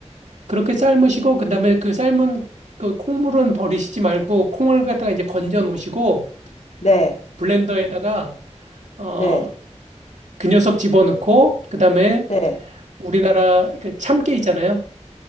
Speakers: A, on the right; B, on the left.
A: 그렇게 삶으시고 그다음에 그 삶은 그 콩물은 버리시지 말고 콩을 갖다가 이제 건져 놓으시고
B: 네,
A: 블렌더에다가 어
B: 네,
A: 그 녀석 집어넣고 그다음에
B: 네. 네.
A: 우리나라 그 참깨 있잖아요